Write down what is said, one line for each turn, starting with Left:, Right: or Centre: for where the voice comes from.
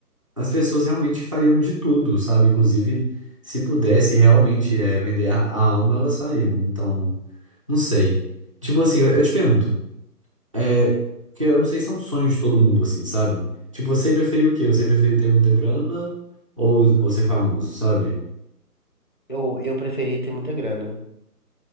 Right: as pessoas realmente fariam de tudo, sabe? Inclusive, se pudesse realmente é, vender a, a alma, elas fariam. Então, não sei. Tipo assim, eu, eu te pergunto, é, que eu não sei se é um sonho de todo mundo, assim, sabe? Tipo, você preferia o quê? Você preferia ter muita grana ou, ou ser famoso, sabe?
Left: Eu, eu preferia ter muita grana.